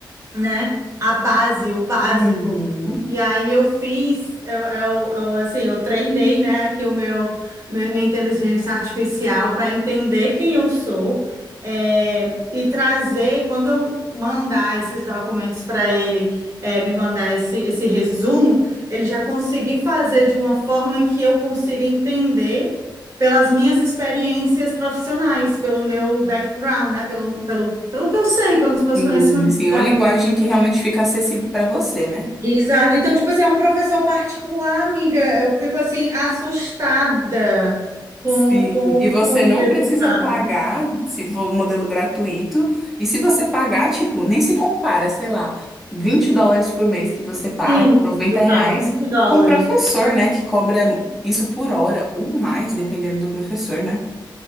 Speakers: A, on the right (about 35°); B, in the centre.
A: né? A base, o básico.
B: Uhum.
A: E aí eu fiz, eu, eu, eu, assim, eu treinei, né, aqui o meu, meu- minha inteligência artificial para entender quem eu sou, é, e trazer, quando eu mandar esses documentos para ele, é, me mandar esse, esse resumo, ele já conseguir fazer de uma forma que eu consiga entender pelas minhas experiências profissionais, pelo meu background, né, pelo, pelo, pelo que eu sei, pelos meus
B: Hum,
A: conhecimentos.
B: Sim,
A: Então,
B: é uma linguagem que realmente fica acessível para você, né?
A: Exato. Então, tipo assim, é um professor particular, amiga. Eu fico assim, assustada com,
B: Sim,
A: com,
B: e você
A: com os
B: não
A: resultados.
B: precisa pagar se for um modelo gratuito. E se você pagar, tipo, nem se compara, sei lá, 20 dólares por mês que você paga,
A: Sim,
B: 90
A: eu
B: reais,
A: pago 20 dólares.
B: com o professor, né, que cobra isso por hora ou mais, dependendo do professor, né?